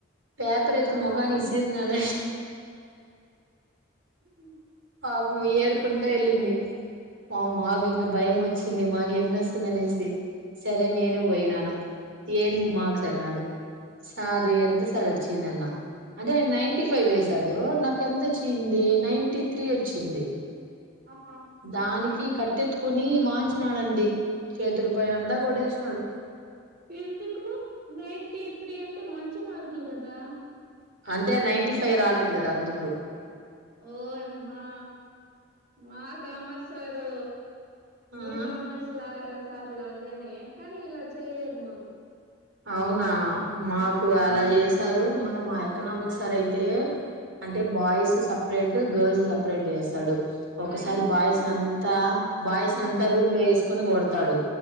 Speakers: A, on the right (about 70°); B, on the right (about 50°).
A: పేపర్ ఎత్తు
B: ఆహా
A: ముగన్ని ఇసీరినాడ
B: ఉమ్
A: పాపం ఏరుకుంటా వెళ్ళింది మా మాకు ఇంక భయం వచ్చింది మాకు ఎన్నొస్తుంది అనేసి సరే నేను పోయి నాను ఏందీ మార్క్స న్నాడు సారి ఎంత సారి వచ్చింది అన్న అంటే నైన్టీ ఫైవ్ వేసాడు నాక ఎంత వచ్చింది నైన్టి త్రీ వచ్చింది
B: ఆహా
A: దానికి కి కట్టెత్తుకుని వాంచినాడుండి చేతులు పయిన అంతా కొడేసినాడు
B: ఎందుకు నైటీ త్రీ అంటే మంచి మార్కులు కదా
A: అంటే నైటీ ఫైవ్ రాలేదు కదా అందుకు
B: ఓయమ్మా మా కామత్ సారు మీ
A: ఆ
B: కామర్స్ లా సార్ లాగే అనే కానీ ఇలా చేయలేదు మాకు
A: అవునా మాకు
B: ఆ
A: అలా చేసి సారు మన మా ఎకనామిక్ సార్ అయితే అంటే బాయ్స్ సపరేట్ గర్ల్స్ సపరేట్ చేస్తాడు ఒకసారి
B: ఆయనంతే
A: బాయ్స్ ని అంతా బాయ్స్
B: ఆ
A: ని అంతా రూమ్ లో వేసు కొని కొడతాడు